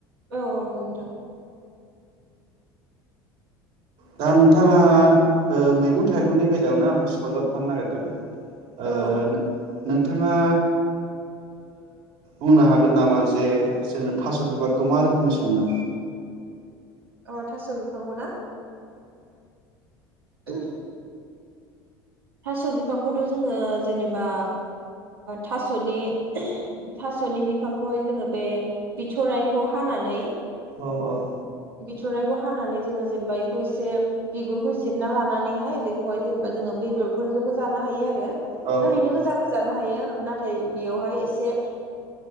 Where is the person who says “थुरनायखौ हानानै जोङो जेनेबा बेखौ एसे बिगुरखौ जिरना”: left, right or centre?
Right